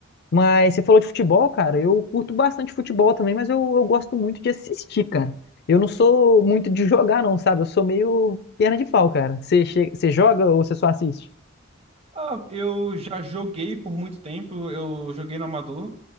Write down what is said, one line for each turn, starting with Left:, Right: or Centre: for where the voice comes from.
Left: Mas você falou de futebol, cara. Eu curto bastante futebol também, mas eu, eu gosto muito de assistir, cara. Eu não sou muito de jogar, não, sabe? Eu sou meio perna de pau, cara. Você, che- você joga ou você só assiste?
Right: Ah, eu já joguei por muito tempo, eu joguei no amador,